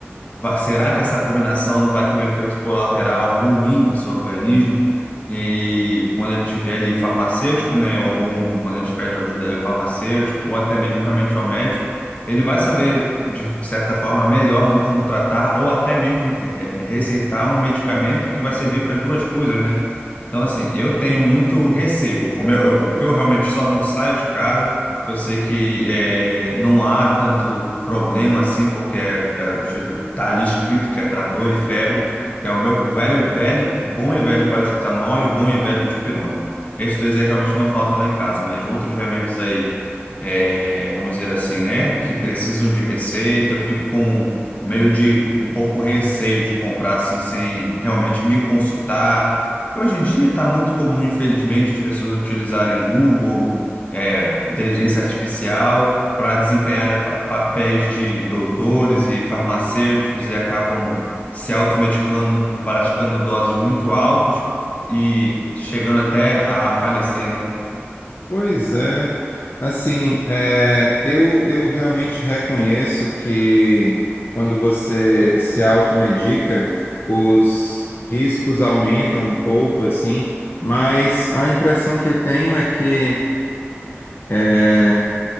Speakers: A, on the left (about 35°); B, on the left (about 55°).
A: vai- será que essa combinação não vai ter um efeito colateral ruim no seu organismo? E quando a gente vê ali o farmacêutico, né, ou, ou um- quando a gente pede ajuda ali ao farmacêutico, ou até mesmo realmente ao médico, ele vai saber, de certa forma, melhor do como tratar, ou até mesmo re- receitar um medicamento que vai servir para as duas coisas, né? Então, assim, eu tenho muito receio. O, meu- eu- o que eu realmente só não saio de casa, que eu sei que eh, não há tanto problema assim, porque é tá ali escrito que é para dor e febre, que é o meu o velho, velho, o bom e velho paracetamol e o bom e velho dipirona. Esses dois aí realmente não faltam lá em casa, mas outros remédios aí é, vamos dizer assim, né, que precisam de receita, eu fico com meio de um pouco receio de comprar assim sem realmente me consultar. Hoje em dia está muito comum, infelizmente, as pessoas utilizarem Google, é, inteligência artificial para desempenhar pa- papéis de doutores e farmacêuticos e acabam se automedicando, praticando doses muito altas e chegando até a falecer, né?
B: Pois é. Assim, é, eu, eu realmente reconheço que quando você se automedica, os riscos aumentam um pouco, assim, mas a impressão que eu tenho é que, é,